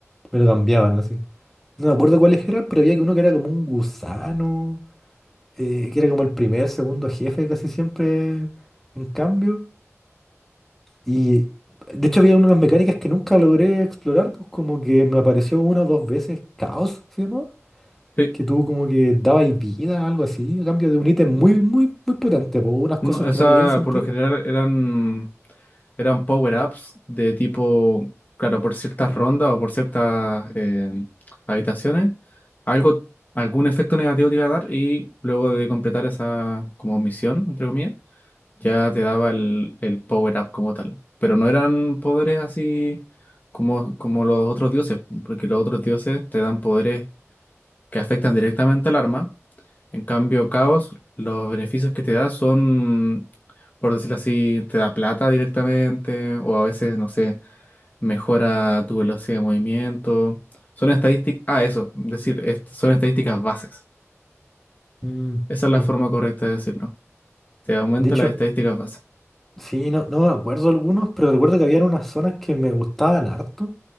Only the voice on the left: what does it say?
sí.
No,
o
sea,
por lo general eran. Eran power-ups de tipo, claro, por ciertas rondas o por ciertas eh, habitaciones, algo, algún efecto negativo te iba a dar y luego de completar esa como misión, entre comillas, ya te daba el, el power-up como tal. Pero no eran poderes así como, como los otros dioses, porque los otros dioses te dan poderes que afectan directamente al arma. En cambio, Caos, los beneficios que te da son, por decirlo así, te da plata directamente, o a veces, no sé, mejora tu velocidad de movimiento. Son estadísticas, ah, eso, decir, est- son estadísticas bases.
Esa es la
forma correcta de decirlo. Te aumenta
las estadísticas bases.